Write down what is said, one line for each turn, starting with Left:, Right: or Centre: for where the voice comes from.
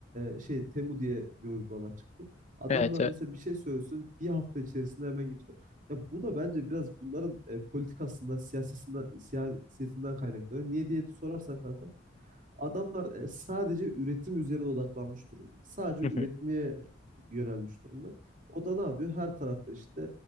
Right: e, şey Temu diye bir uygulama çıktı. Adamlar
Left: Evet evet.
Right: mesela bir şey söylesin bir hafta içerisinde hemen getiriyor. Ya bu da bence biraz bunların e, politikasından, siyasetinden, siyasetinden kaynaklanıyor. Niye diye sorarsan kanka Adamlar e, sadece üretim üzerine odaklanmış durumda. Sadece
Left: Hı
Right: üretmeye
Left: hı,
Right: yönelmiş durumda. O da ne yapıyor? Her tarafta işte